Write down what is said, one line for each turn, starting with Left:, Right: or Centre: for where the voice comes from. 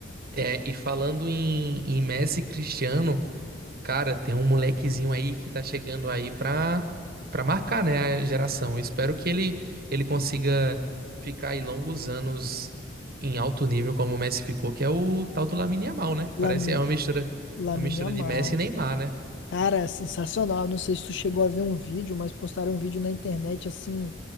Right: É, e falando em, em Messi e Cristiano. Cara, tem um molequezinho aí que tá chegando aí pra, pra marcar, né, a geração. Eu espero que ele, ele consiga ficar aí longos anos em alto nível como o Messi ficou, que é o tal do Lamine Yamal, né?
Left: Lamine,
Right: Parece é uma mistura,
Left: Lamine
Right: é uma mistura
Left: Yamal.
Right: de Messi e Neymar, né?
Left: Cara, sensacional. Não sei se tu chegou a ver um vídeo, mas postaram um vídeo na internet assim